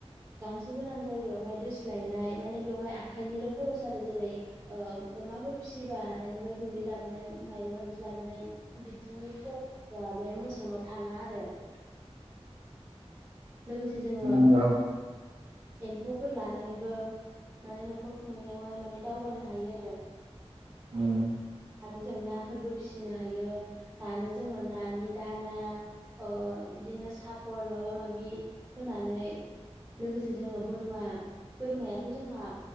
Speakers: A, on the right; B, on the right.
A: गांसो गोनां जायगायावहाय दोस्लायनाय माने बेवहाय आखाइनिल' खरस आरो जेरै ओ अमाफोर फिसियोबा हाथाइनिफ्राय गुन्दै लाबोनाय माबा माबि लाबोनाय बिदिनि खरस दा बे मोसौनाव थाङा आरो लोगोसे जोङो
B: उम औ
A: एम्फौफोर लानानैबो माने न'खर खुंनायावहाय माने दावगानो हायो आरो
B: उम
A: आरो जों नाफोरबो फिसिनो हायो नानो जोङो नानि दाना ओ इदिनो सापर माबा माबि होनानै लोगोसे जोङो बोरमा बोरमायाथ' जोंहा